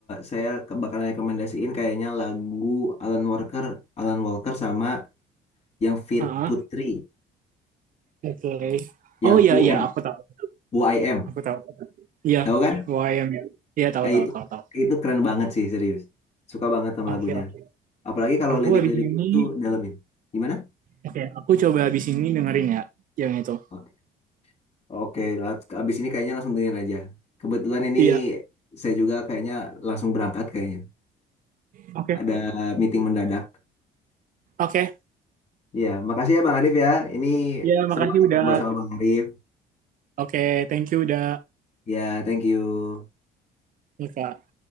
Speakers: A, on the left (about 40°); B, on the right (about 55°).
A: saya ke- bakal rekomendasiin kayaknya lagu Alan Walker, Alan Walker sama yang Fit
B: Ah,
A: Putri,
B: Oke.
A: yang
B: Oh iya
A: U
B: iya,
A: UM,
B: aku tahu.
A: UIM,
B: Aku tahu. Iya,
A: tahu kan?
B: UAM ya. Iya, tahu
A: Ya. Ya
B: tahu
A: itu
B: tahu tahu.
A: itu keren banget sih serius, suka banget sama
B: Oke,
A: lagunya.
B: oke.
A: Apalagi kalau
B: Aku
A: lirik-lirik
B: habis ini
A: itu dalemin. Gimana?
B: oke, aku coba habis ini dengerin ya yang itu.
A: Oke, oke. lat- Abis ini kayaknya langsung dengerin aja. Kebetulan ini
B: Iya,
A: saya juga kayaknya langsung berangkat kayaknya.
B: oke.
A: Ada meeting mendadak.
B: Oke.
A: Iya, makasih ya Bang Arif ya. Ini
B: Ya,
A: seru
B: makasih
A: banget
B: udah
A: ngobrol sama Bang Arif.
B: oke, thank you udah
A: Ya, thank you.
B: ya, Kak.